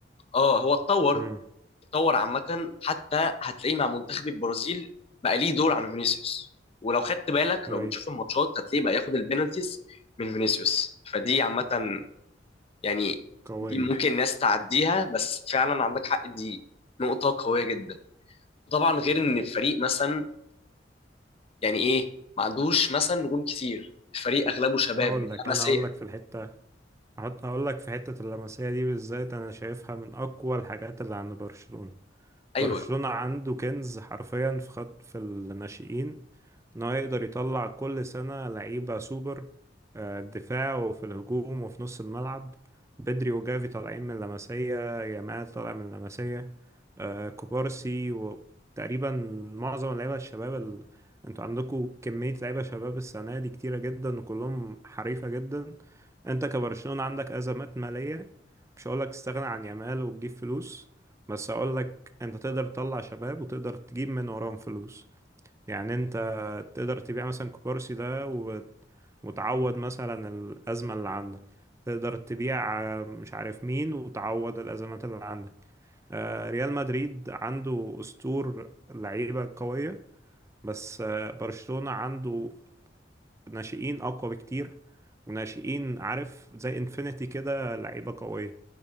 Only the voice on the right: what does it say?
امم
أي
قوية
هقول
لك
انا هقول لك في الحته هحط- هقول لك في حته اللمسيه دي بالذات انا شايفها من اقوى الحاجات اللي عند برشلونه
برشلونة عنده كنز حرفيا في خط في الناشئين ان هو يقدر يطلع كل سنة لعيبة سوبر آه، دفاع وفي الهجوم وفي نص الملعب بدري وجافي طالعين من لاماسيا يامال طالع من لاماسيا آه، كوبارسي وتقريبا معظم اللعيبة الشباب ال... انتوا عندكم كمية لعيبة شباب السنة دي كتيرة جدا وكلهم حريفة جدا انت كبرشلونة عندك أزمات مالية مش هقولك تستغنى عن يامال وتجيب فلوس بس هقولك انت تقدر تطلع شباب وتقدر تجيب من وراهم فلوس يعني انت تقدر تبيع مثلا كوبارسي ده و- وتعوض مثلا الأزمة اللي عندك تقدر تبيع آه، مش عارف مين وتعوض الأزمات اللي عندك آه، ريال مدريد عنده أسطور لعيبة قوية بس آه، برشلونة عنده ناشئين أقوى بكتير وناشئين عارف زي انفينيتي كده لعيبة قوية